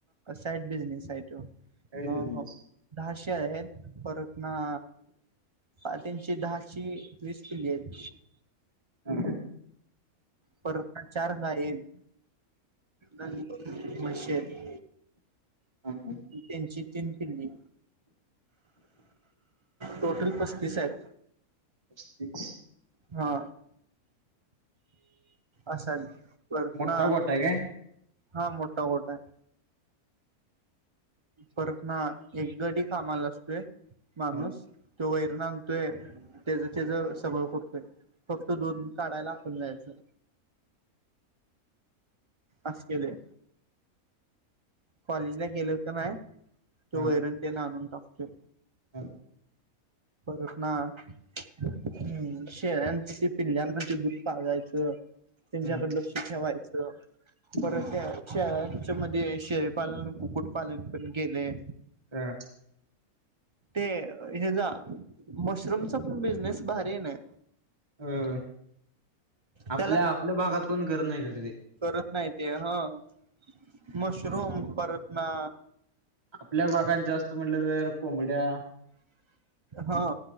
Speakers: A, on the right; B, on the right.
A: साईड बिजनेस हाय त्यो
B: काय बिझनेस
A: अ हो दहा शेळ्या आहेत परत न अ तेनची दहाची वीस पिल्ली हाईत
B: हा
A: परतन चार गाई हाईत म्हशी हाईत
B: ह हा
A: तेनची तीन पिल्ली टोटल पस्तीस आहेत
B: पस्तिस
A: हा अस आहेत परतन
B: मोठा गोठा आहे काय
A: हा मोठा गोठ हाय परत न एक गडी कामाला असतोय माणूस
B: हा
A: तो वैरन आणतोय तेज तेज सगळ करतोय फक्त दूध काढायला आपण जायचं अस केलय कॉलेज ला गेल की नाय तो
B: हा
A: वैरण तेन आणून टाकतोय
B: हा
A: परतन हम्म शेळ्यांसाठी पिल्ल्यांना ते दूध पाजायचं त्यांच्याकड
B: हम्म,
A: लक्ष ठेवायचं परत
B: हा
A: शेळ्यांच्या मध्येे शेळ पालन कुक्कुट पालन पण केलय
B: हा
A: ते हेजा मशरूमचा पण बिझनेस भारीये ना
B: होय होय आपल्या
A: त्याला
B: आपल्या भागात कोण करत नाही खर ते
A: करत नाही ते. ह मशरूम परत ना.
B: आपल्या भागात जास्त म्हटल तर कोंबड्या
A: हा.